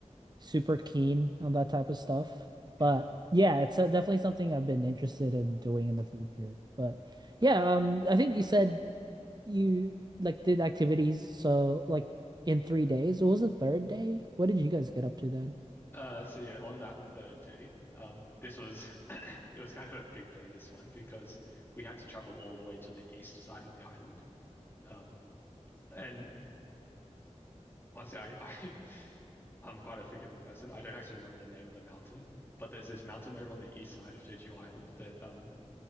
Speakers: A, on the right; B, on the left.
A: super keen on that type of stuff.
B: Mm.
A: But yeah, it's uh definitely something I've been interested in doing in the future. But yeah, um, I think you said you like did activities so like in three days. What was the third day? What did you guys get up to then?
B: Uh, so yeah, on that third day, um, this was <coughs> <clears throat> it was kind of a big day this one because we had to travel all the way to the east side of the island. Um, and honestly, I, I <laughs> I'm quite a forgetful person. I don't actually remember the name of the mountain, but there's this mountain over on the east side of Jeju Island that um